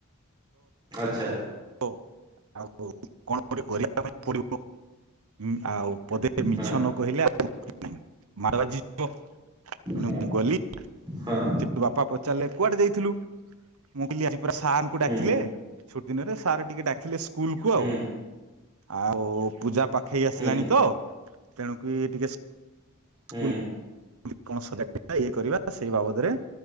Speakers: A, on the right; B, on the right.
A: ଆଚ୍ଛା।
B: ଓ ଆଉ କଣ ଗୋଟେ କରିବା ପାଇଁ ପଡିବ ଉମ ଆଉ ପଦେ ମିଛ
A: ହଁ
B: ନ କହିଲେ ଆ <inaudible> ମାଡ ବାଜିବ ଏଣୁ
A: ହଁ
B: ମୁଁ ଗଲି।
A: ହଁ
B: ଚୁ ବାପା ପ ପଚାରିଲେ କୁଆଡେ ଯାଇଥିଲୁ ମୁଁ କହିଲି ଆଜି ପରା ସାରଙ୍କୁ ଡାକିଲେ
A: ହୁଁ
B: ଛୁଟି ଦିନରେ ସାର୍ ଟିକେ ଡାକିଲେ ସ୍କୁଲ କୁ
A: ହୁଁ
B: ଆଉ ଆଉ-ଉ-ଉ ପୂଜା ପାଖେଇ ଆସିଲାଣି
A: ହୁଁ
B: ତ ତେଣୁକି ଟିକେ
A: ହୁଁ
B: ସ୍କୁଲ କଣ ସଜାଡ଼ିବେ ଇଏ କରିବା ସେଇ ବାବଦରେ